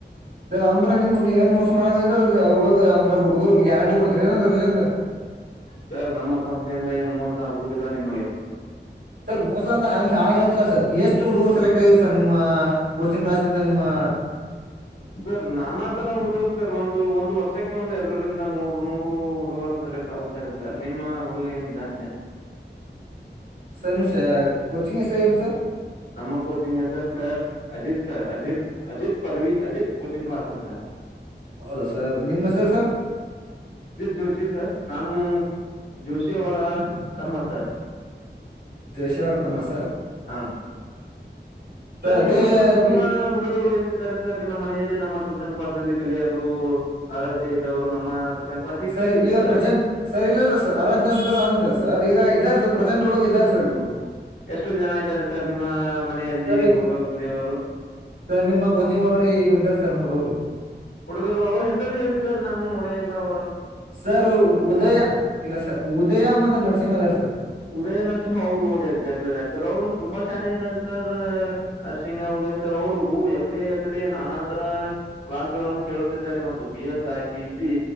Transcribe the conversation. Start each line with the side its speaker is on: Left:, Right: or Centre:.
Right: ಅಂದ್ರೆ ನಿಮ್ಮ ನೀವೇನ್ ಮೋಸ ಮಾಡಂಗಿಲ್ಲ ಅದ್ರಲೊಳಗ ಅಂದ್ರೆ ಹುಡುರ್ಗ್ ಗ್ಯಾರಂಟಿ ಕೊಡ್ತೀರಿ ಏನ್ ಅದ್ರಿಂದ
Left: ಸರ್ ನಮ್ಮ ಸಂಸ್ಥೆಯಿಂದ ಏನು ಮೋಸ ಆಗುವುದಿಲ್ಲ ನಿಮಗೆ
Right: ಸರ್ ಮೋಸ ಅಂತ ಹಂ ಹಾಗೆ ಹೇಳ್ತಿಲ್ಲಾ ಸರ್ ಎಷ್ಟು ಹುಡು ಸೆಲೆಕ್ಟ್ ಆಗ್ ಸರ್ ನಿಮ್ಮಾ ಕೋಚಿಂಗ್ ಕ್ಲಾಸ್ನಿಂದ ನಿಮ್ಮಾ
Left: ಸರ್ ನಾನಾತರ ಹುಡುಗರು ಸರ್ ಒಂದು ಒಂದ್ ವರ್ಷಕ್ ಒಂದು ಎರಡರಿಂದ ಮೂರ್ ನೂರು ಹುಡುಗರು ಸೆಲೆಕ್ಟ್ ಆಗುತ್ತಾರೆ ಸರ್ ನಿಮ್ಮ ಹುಡುಗ ಏನಿದ್ದಾನೆ
Right: ಸರ್ ನಿಮ್ ಕೋಚಿಂಗ್ ಹೆಸರು ಏನ್ ಸರ್
Left: ನಮ್ಮ ಕೋಚಿಂಗ್ ಸರ್ ಹೆಸರ್ ಅಜಿತ್ ಸರ್ ಅಜಿತ್ ಅಜಿತ್ ಪದವಿ ಅಜಿತ್ ಕೋಚಿಂಗ್ ಕ್ಲಾಸ್ಸ್ ಸರ್
Right: ಹೌದಾ ಸರ್ ನಿಮ್ಮ ಹೆಸರ್ ಸರ್
Left: ಜೋಷಿ ಸರ್ ನಾನು ಜೋಷಿ ಅವರ ತಮ್ಮ ಸರ್
Right: ಜೋಶ ಅವರ ತಮ್ಮ ಸರ್
Left: ಹಂ ಸ ಸರ್
Right: ಅದೇ
Left: ನಿಮ್ ಕೆಲಸ ನಿಮ್ಮ
Right: ಪಿ
Left: ಹುಡುಗರು ಎಷ್ಟ ಇದ್ದರೆ ಸರ್ ನಿಮ್ಮ ಮನೆಯಲ್ಲಿ ನಮ್ಮ ಟ್ಯೂಷನ್ ಕ್ಲಾಸ್ ಅಲ್ಲಿ ಕಲಿಯಲು ಅರ್ಹತೆ ಇದ್ದವ್ರು ನಮ್ಮ ಟ್ಯೂಷನ್ ಕ್ಲಾಸಿಗೆ
Right: ಸರಿ
Left: ಕಳಿಸಿ
Right: ಈಗ
Left: ಸರ್
Right: ಪ್ರೆಸೆಂಟ್ ಸರಿ ಇಲ್ಲ ಇಲ್ಲ ಸರ್ ಅರತ್ ನಂತರ ಅಂತ ಸರ್ ಈಗ ಇದ್ದಾರೆ ಸರ್ ಪ್ರೆಸೆಂಟ್ ಒಳಗೆ ಇದ ಸರಿ ಇಬ್ರು
Left: ಎಷ್ಟು ಜನ ಇದ್ದಾರೆ ಸರ್ ನಿಮ್ಮ ಮನೆಯಲ್ಲಿ
Right: ಸರ್
Left: ಹುಡುಗರು ಕಲಿಯೋವರು
Right: ನಿಮ್ಮ ಕೋಚಿಂಗ್ ಒಳಗಡೆ ತರಂಬಡುವರು
Left: ಹುಡುಗರು ಅವ್ರ ಹೆಸರು ಹೇಳಿ ಸರ್ ನಾನು ನೋಡ ಇಲ್ಲ ಅವ
Right: ಸರ್ ಉದಯ ಇಲ್ಲ ಸರ್ ಉದಯ ಮತ್ತೆ ನರಸಿಂಹದಾರ್ ಸರ್
Left: ಉದಯ ನರಸಿಂಹ ಹೌದು ಹೌದು ಎಕ್ಸಾಕ್ಟ್ಲಿ ರೈ ಸರ್ ಅವರು ತುಂಬಾ ಷನೆ ಇದ್ದಾರೆ ಸರ್ ನರ್ಸಿಂಗ್ ಹದಯ ಸರ್ ಅವರು ಎಬ್ಡಿ ಎಚ್ಡಿ ನಾನಾ ತರ ಕ್ಲಾಸ್ ಗಳನ್ನು ಕೇಳುತ್ತಿದ್ದಾರೆ ಮತ್ತು P S I PC